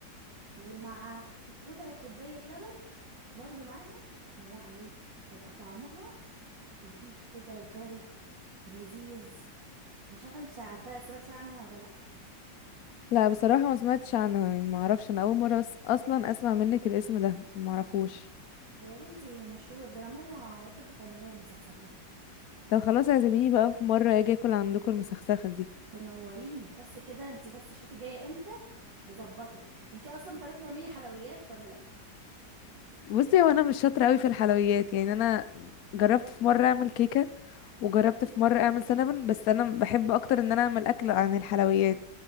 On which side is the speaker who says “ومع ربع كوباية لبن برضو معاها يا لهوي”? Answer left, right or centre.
Right